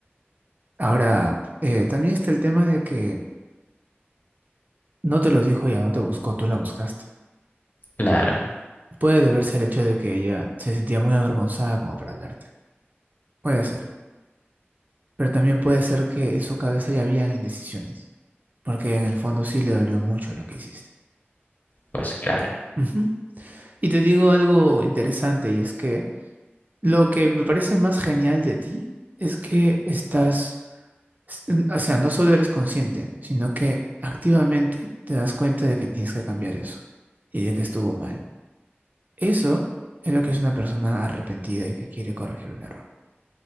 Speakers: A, on the right; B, on the left.
A: Ahora, eh, también está el tema de que no te lo dijo ella, no te buscó, tú la buscaste.
B: claro,
A: Puede deberse al hecho de que ella se sentía muy avergonzada como para hablarte. Puede ser. Pero también puede ser que en su cabeza ya habían indecisiones, porque en el fondo sí le dolió mucho lo que hiciste.
B: pues claro,
A: Ujú. Y te digo algo interesante y es que lo que me parece más genial de ti es que estás, s- o sea, no solo eres consciente, sino que activamente te das cuenta de que tienes que cambiar eso y de que estuvo mal. Eso es lo que es una persona arrepentida y que quiere corregir un error.